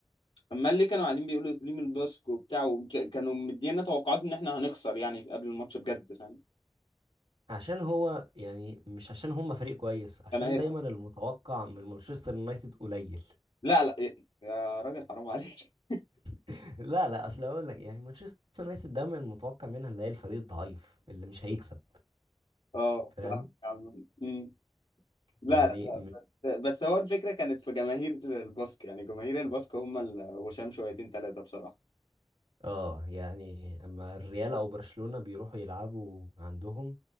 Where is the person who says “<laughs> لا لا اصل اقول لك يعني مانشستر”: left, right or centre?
Right